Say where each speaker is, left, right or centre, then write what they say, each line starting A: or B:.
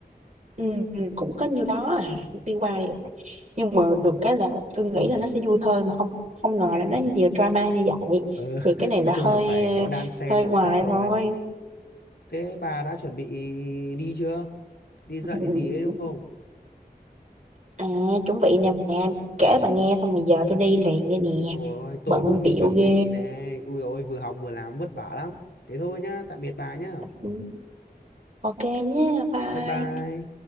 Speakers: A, on the right; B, on the left.
A: ừ, ừ, cũng có nhiêu đó à đi qua đi lại. nhưng mà được cái là tôi nghĩ là nó sẽ vui thôi mà không không ngờ là nó nhiều drama như vậy
B: ờ, <laughs>
A: thì cái này là
B: nói chung
A: hơi
B: là phải
A: ờ,
B: có đan xen
A: hơi
B: màu
A: ngoài
B: sắc rồi
A: thôi
B: thế bà đã chuẩn bị đi chưa đi dạy
A: Ừ,
B: gì ấy đúng
A: ừ.
B: không
A: à chuẩn bị nè mẹ kể bà nghe xong rồi giờ tôi đi liền đây nè
B: ôi ôi, tôi
A: bận
B: cũng
A: bịu
B: <laughs> chuẩn
A: ghê
B: bị này ui ôi vừa học vừa làm vất vả lắm thế thôi nhá tạm biệt bà nhá
A: Ừ, ok nhé bye
B: bye bye